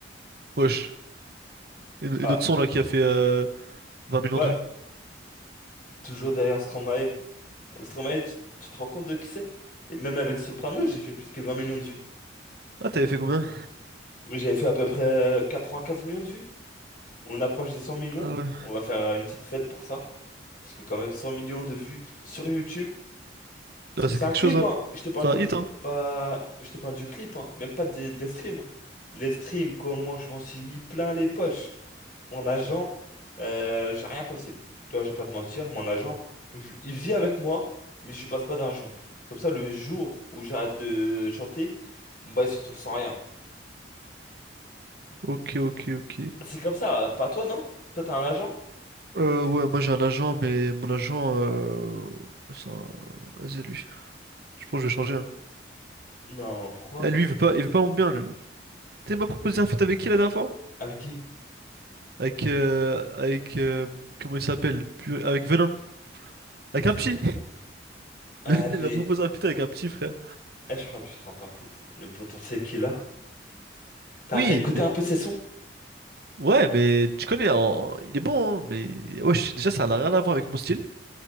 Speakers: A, on the right; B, on the left.
A: Wesh. Et, et
B: Ah,
A: notre son là qui a fait euh, 20 millions
B: ouais,
A: de vues.
B: toujours derrière Stromae. Stromae, tu, tu te rends compte de qui c'est? Et même avec Soprano, j'ai fait plus que 20 millions de vues.
A: Ah, t'avais fait combien?
B: J'avais fait à peu près euh, quinze millions de vues. On approche des cent millions.
A: Ah ouais.
B: On va faire euh, une petite fête pour ça. Parce que quand même, 100 millions de vues sur YouTube.
A: là
B: C'est
A: c'est quelque
B: un clip,
A: chose, hein.
B: hein. Je te parle
A: C'est
B: du
A: un
B: clip,
A: hit, hein.
B: pas... Je te parle du clip, hein. Même pas des, des streams. Les streams, comment je m'en suis mis plein les poches. Mon agent, euh, j'ai rien passé. Tu vois, je vais pas te mentir, mon agent, je- il vit avec moi, mais je lui passe pas d'argent. Comme ça, le jour où j'arrête de chanter, bah, il se retrouve sans rien.
A: Ok, ok, ok.
B: C'est comme ça, euh, pas toi, non? Toi, t'as un agent?
A: Euh, ouais, moi j'ai un agent, mais mon agent, euh, c'est un... vas Je pense que je vais changer. hein.
B: Non, pourquoi?
A: Eh, lui, il veut pas, il veut pas mon bien, lui. Tu sais, il m'a proposé un feat avec qui la dernière fois?
B: Avec qui?
A: Avec, euh, avec, euh, comment il s'appelle? Purée, Avec Venin. Avec
B: V-
A: un petit.
B: Ah,
A: <laughs>
B: mais,
A: Il m'a proposé un feat avec un petit, frère.
B: eh, je crois que tu te rends pas compte, le potentiel qu'il a. T'as
A: Oui,
B: t'as écouté
A: mais-
B: un peu ses sons?
A: ouais, mais tu connais, en- il est bon, hein, mais wesh, déjà, ça n'a rien à voir avec mon style.